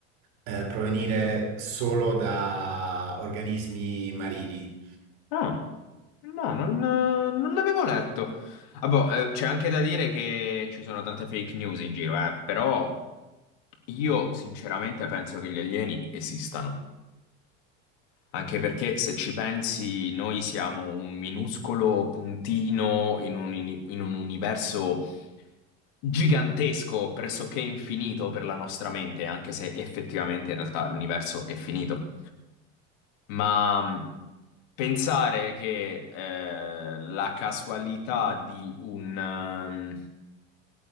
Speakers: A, on the right; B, on the left.
A: eh, provenire solo da organismi marini.
B: Ah, no, non, non l'avevo letto. Ah, boh, eh, c'è anche da dire che ci sono tante fake news in giro, eh, però io sinceramente penso che gli alieni esistano, anche perché se ci pensi noi siamo un minuscolo puntino in un, uni- in un universo gigantesco, pressoché infinito per la nostra mente, anche se effettivamente in realtà l'universo è finito. Ma mh, pensare che eh, la casualità di un, ehm,